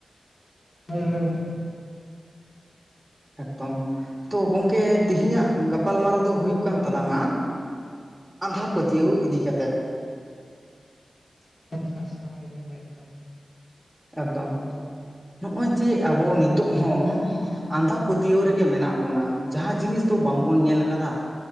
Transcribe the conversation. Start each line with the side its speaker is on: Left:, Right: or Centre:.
Left: ᱦᱩᱸ ᱦᱩᱸ ᱾
Centre: ᱮᱠᱫᱚᱢ ᱛᱚ ᱜᱚᱢᱠᱮ ᱛᱮᱦᱤᱧᱟᱜ ᱜᱟᱯᱟᱞᱢᱟᱨᱟᱣ ᱫᱚ ᱦᱩᱭᱩᱜ ᱠᱟᱱ ᱛᱟᱞᱟᱝᱼᱟ ᱟᱸᱫᱷᱟ ᱯᱟᱹᱛᱭᱟᱹᱣ ᱤᱫᱤ ᱠᱟᱛᱮᱫ ᱾
Left: <inaudible>
Centre: ᱮᱠᱫᱚᱢ ᱱᱚᱜᱼᱚᱭ ᱡᱮ ᱟᱵᱚ ᱱᱤᱛᱚᱜ ᱦᱚᱸ ᱾ ᱟᱸᱫᱷᱟᱯᱟᱹᱛᱭᱟᱹᱣ ᱨᱮᱜᱮ ᱢᱮᱱᱟᱜ ᱵᱚᱱᱟ ᱡᱟᱦᱟᱸ ᱡᱤᱱᱤᱥ ᱫᱚ ᱵᱟᱝᱵᱚᱱ ᱧᱮᱞ ᱠᱟᱫᱟ ᱾